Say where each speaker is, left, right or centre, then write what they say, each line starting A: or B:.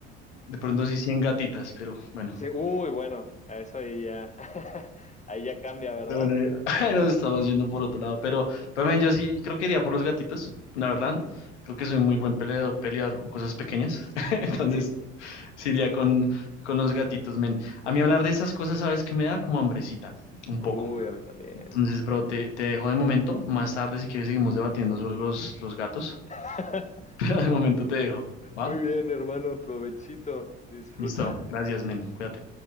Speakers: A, on the left; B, on the left.
A: De pronto sí 100 gatitas, pero bueno,
B: sí, uy, bueno, a eso ahí ya, <laughs> ahí ya cambia, ¿verdad?
A: pero bueno, ahí- <laughs> ahí nos estamos yendo por otro lado. Pero, pero men, yo sí creo que iría por los gatitos, la verdad. Creo que soy muy buen peleador, peleador con cosas pequeñas. <laughs> Entonces,
B: Entonces sí,
A: sí iría con, con los gatitos, men. A mí hablar de esas cosas, ¿sabes que me da? Como hambrecita, un
B: uy,
A: poco.
B: a mí también.
A: Entonces, bro, te, te dejo de momento. Más tarde, si quieres, seguimos debatiendo sobre los, los gatos.
B: <laughs>
A: <laughs> Pero de momento te dejo, ¿va?
B: Muy bien, hermano, provechito, disfruta.
A: Listo. Gracias, men. Cuídate.